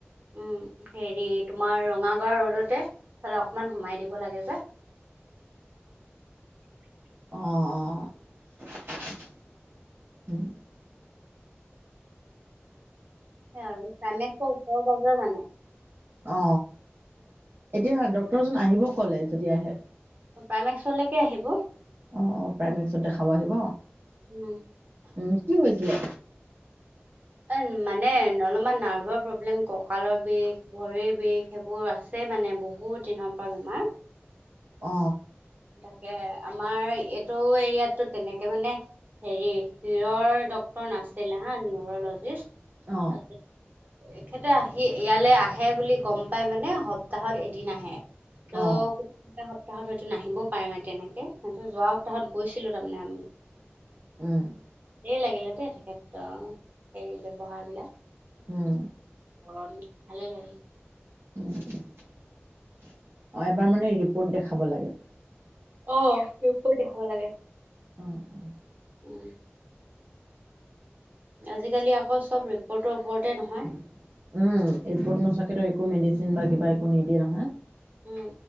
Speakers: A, on the right; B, on the right.
A: উম হেৰি তোমাৰ ৰঙাগড়া ৰ'ডতে, ফালে অকমান সোমাই দিব লাগে যে। <unintelligible>
B: আহ-আহ
A: হয়, পাইমেকচ্ ওচৰ-পাজৰে মানুহ।
B: অ, এতিয়া ডক্তৰজন আহিব ক'লে? যদি আহে
A: উপায়নেচলকৈ আহিব।
B: অঁ অঁ প্ৰাইমেকচত দেখাব আহিব,
A: উম
B: উম কি হৈছিলে?
A: অ, মানে অলপমান নাৰ্ভৰ প্ৰব্লেম, ককালৰ বিষ, ভৰিৰ বিষ সেইবোৰ আছে। এ মানে, বহুত দিনৰ পৰা বেমাৰ।
B: অ
A: তাকে, আমাৰ এইটো এৰিয়াতোত তেনেকে মানে হেৰি, শিৰৰ ডক্তৰ নাছিলে হা, নিউৰলজিষ্ট
B: অ
A: তাৰপিছত এখেতে আহি, ইয়ালে আহে বুলি গম পাই মানে সপ্তাহত এদিন আহে। ত'
B: অ',
A: ক এটা সপ্তাহত হয়তো নাহিব। পাই মানে তেনেকে, মইটো যোৱা সপ্তাহত গৈছিলো তাৰমানে আমি।
B: উম
A: দেৰি লাগিলে দেই তেখেতৰ, হেৰি ব্যৱহাৰ বিলাক।
B: উম
A: ঘৰত মোক ভালে লাগে।
B: অ, এবাৰ মানে ৰিপৰ্ট দেখাব লাগে।
A: অ, ৰিপৰ্ট দেখাব লাগে।
B: অ, উম
A: উম আজিকালি আকৌ চব ৰিপৰ্টৰ ওপৰতে নহয়
B: উম, ৰিপৰ্ট নোচোৱাকেতো একো মেডিচিন বা কিবা একো নিদিয়ে নহয়।
A: উম,